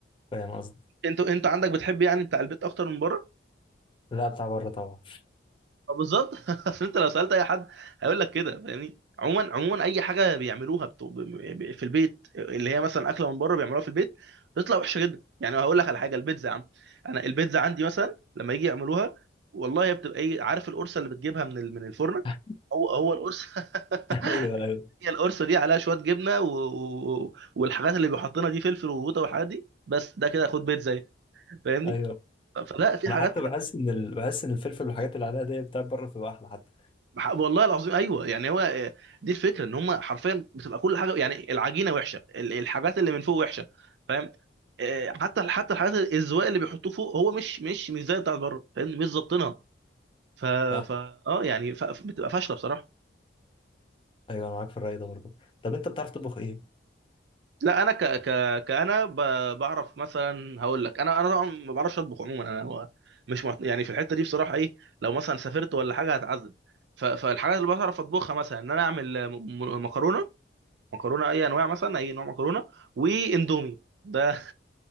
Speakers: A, on the left; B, on the right.
A: فاهم قصدي
B: انت انت عندك بتحب يعني بتاع البيت اكتر من بره
A: لا بتاع بره طبعا
B: آه، بالظبط <laughs> عشان انت لو سالت اي حد هيقول لك كده فاهمني عموما عموما اي حاجه بيعملوها بتو... ب... ب... في البيت اللي هي مثلا اكله من بره بيعملوها في البيت بتطلع وحشه جدا يعني هقول لك على حاجه البيتزا يا عم انا البيتزا عندي مثلا لما يجي يعملوها والله هي بتبقى ايه عارف القرصه اللي بتجيبها من ال... من الفرن
A: <laughs>
B: هو هو القرص <laughs>
A: ايوه ايوه
B: هي القرصه دي عليها شويه جبنه و... و... والحاجات اللي بيحطنا دي فلفل وقوطه والحاجات دي بس ده كده خد بيتزا اهي. فاهمني
A: ايوه
B: فلا في
A: انا
B: حاجات
A: حتى بحس ان ال... بحس ان الفلفل والحاجات اللي عليها دي بتاع بره بتبقى احلى حتى
B: بح- والله العظيم ايوه يعني هو آه، دي الفكره ان هم حرفيا بتبقى كل حاجه يعني العجينه وحشه ال- الحاجات اللي من فوق وحشه فاهم آه، حتى حتى الحاجات الزواق اللي بيحطوه فوق هو مش مش مش زي بتاعت بره فاهم مش ظابطينها ف
A: صح
B: ف اه يعني ف... بتبقى فاشله بصراحه
A: ايوه انا معاك في الراي ده برضه طب انت بتعرف تطبخ ايه؟
B: لا انا ك ك كانا ب... بعرف مثلا هقول لك انا انا طبعا ما بعرفش اطبخ عموما انا هو مش مع... يعني في الحته دي بصراحه ايه لو مثلا سافرت ولا حاجه هتعذب ف... فالحاجات اللي بعرف اطبخها مثلا ان انا اعمل م... م- مكرونه مكرونه اي انواع مثلا اي نوع مكرونه واندومي ده <laughs>